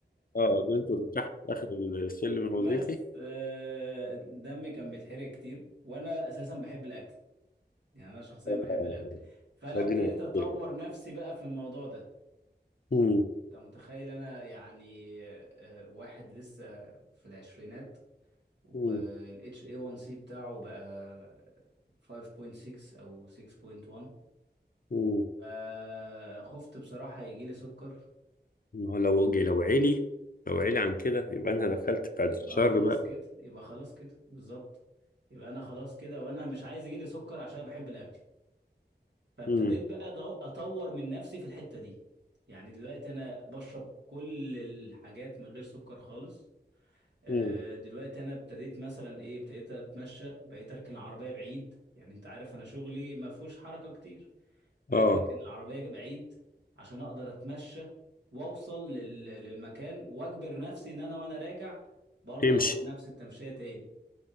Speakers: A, on the left; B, on the right.
A: اه انتوا اللي تحت في آخر السلم
B: <laughs>
A: الوظيفي
B: بس آه، دمي كان بيتحرق كتير وانا اساسا بحب الاكل يعني انا شخصيا
A: آه.
B: بحب الاكل فانا
A: هذه
B: ابتديت
A: المشكلة
B: اطور نفسي بقى في الموضوع ده
A: مم.
B: انت متخيل انا يعني آه، آه، واحد لسه في العشرينات والاتش
A: مم.
B: اي 1 سي بتاعه بقى 5.6 او 6.1
A: مم.
B: فخفت بصراحة يجي لي سكر
A: ما هو لو لو عالي لو عالي عن كده يبقى انت دخلت بعد
B: يبقى
A: الشر
B: خلاص
A: بقى
B: كده يبقى خلاص كده بالظبط يبقى انا خلاص كده وانا مش عايز يجيلي سكر عشان بحب الاكل فابتديت
A: مم.
B: بقى ده- اطور من نفسي في الحتة دي يعني دلوقتي انا بشرب كل الحاجات من غير سكر خالص آه،
A: مم.
B: دلوقتي انا ابتديت مثلا ايه ابتديت اتمشى بقيت اركن العربية بعيد يعني انت عارف انا شغلي ما فيهوش حركة كتير بقيت
A: اه
B: اركن العربيه بعيد عشان اقدر اتمشى واوصل لل... للمكان واجبر نفسي ان انا وانا راجع برضه
A: امشي
B: اخد نفس التمشيه تاني